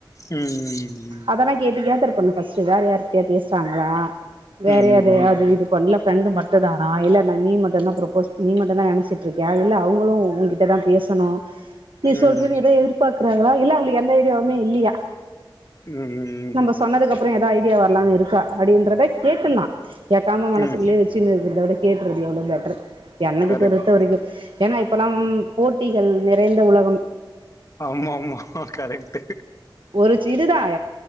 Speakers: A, on the left; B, on the right.
A: ம் ம்
B: அதனா கேட்டு கேதர் பண்ணு ஃபஸ்ட்டு வேற் யார்கிட்டயாது பேஸ்றாங்ளா வேற
A: ம் ம்
B: எதயாது இது இப்ப ஒன்ல ஃப்ரெண்டு மட்டு தானா இல்லன நீ மட்டு் தா புரப்போஸ் நீ மட்டு தா நனச்சிட் இருக்கியா இல்ல அவுங்ளு உங்கிட்ட தா பேசணு நீ
A: ம்
B: சொல்றது எது எதிர்பாக்குறாங்ளா இல்ல அவுங்ளுக் எந்த ஐடியாவுமே இல்லியா
A: ம்
B: நம்ப
A: ம்
B: சொன்னதுக்கப்றோ எதா ஐடியா வர்லான் இருக்கா அப்டின்றத கேட்டுர்லா எட் தாம மனசுக்குள்ளே
A: ம்
B: வச்சின் இருக்றத விட கேட்டுறது எவ்ளோ பெட்டர் என்னக்
A: கரெக்ட்
B: பொருத்த வரைக்கு ஏன்னா இப்பல்லாம் போட்டிகள் நிறைந்த உலகம்
A: ஆமா ஆமா கரெக்ட்டு
B: ஒரு சி இதுதா